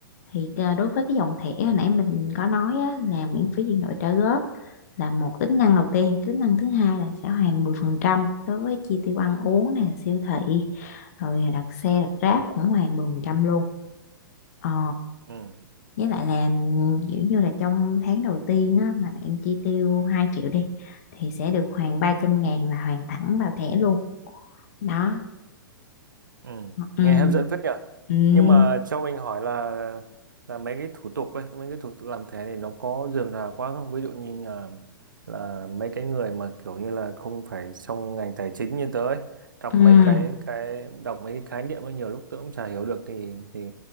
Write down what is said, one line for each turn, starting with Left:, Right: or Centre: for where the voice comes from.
Left: thì à, đối với cái dòng thẻ hồi nãy mình có nói á, là miễn phí chuyển đổi trả góp là một tính năng đầu tiên tính năng thứ hai là sẽ hoàn 10% đối với chi tiêu ăn uống nè siêu thị rồi à, đặt xe đặt Grab cũng hoàn 10% luôn ờ
Right: Ừ.
Left: với lại là kiểu như là trong tháng đầu tiên á, mà bạn chi tiêu 2 triệu đi thì sẽ được hoàn ba trăm ngàn là hoàn thẳng vào thẻ luôn đó
Right: Ừ.
Left: ừ
Right: Nghe hấp dẫn phết nhở
Left: ừ
Right: Nhưng mà cho mình hỏi là là mấy cái thủ tục ấy, mấy cái thủ tục làm thế thì nó có rườm rà quá không? Ví dụ như là là mấy cái người mà kiểu như là không phải trong ngành tài chính như tớ ấy, đọc
Left: ừ
Right: mấy cái cái đọc mấy cái khái niệm ấy nhiều lúc tớ cũng chả hiểu được thì thì